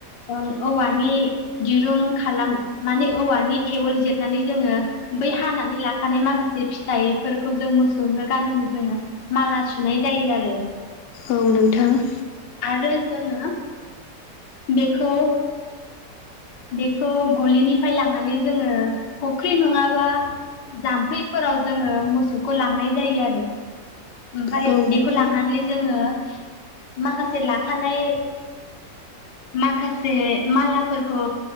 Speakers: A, on the left (about 85°); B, on the left (about 65°).
A: ओं औवानि दिरुं खालाम माने औवानि टेवोल जे नानै जोङो बै हानानै लाखानाय माखासे फिथाइफोरखौ जों मोसौनो गानहोनो जोङो माला सुनाय जायो आरो।
B: औ नोंथां।
A: आरो जोङो बेखौ बेखौ गलिनिफ्राय लांनानै जोङो फुख्रि नङाबा जाम्फैफोराव जोङो मोसौखौ लांनाय जायो आरो। ओमफ्राय
B: औ नोंथां
A: बेखौ लांनानै जोङो माखासे लाखानाय माखासे मालाफोरखौ